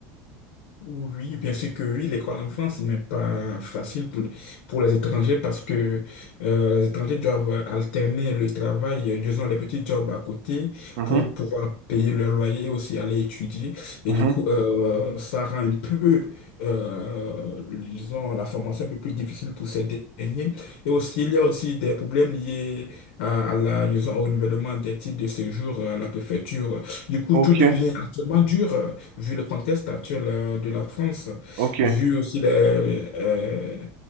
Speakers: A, on the left; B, on the right.
A: Oui, bien sûr que oui, l'école en France n'est pas facile pour, pour les étrangers parce que euh, les étrangers doivent alterner le travail, euh, disons les petits jobs à côté
B: Mhm,
A: pour pouvoir payer leur loyer et aussi aller étudier. Et
B: mhm.
A: du coup, euh, ça rend un peu, euh, disons, la formation un peu plus difficile pour ces derniers. Et aussi, il y a aussi des problèmes liés à, à la, disons, au renouvellement des titres de séjour euh, à la préfecture. Du coup,
B: Ok,
A: tout devient actuellement dur. euh, vu le contexte actuel euh, de la France,
B: ok,
A: vu aussi les, euh,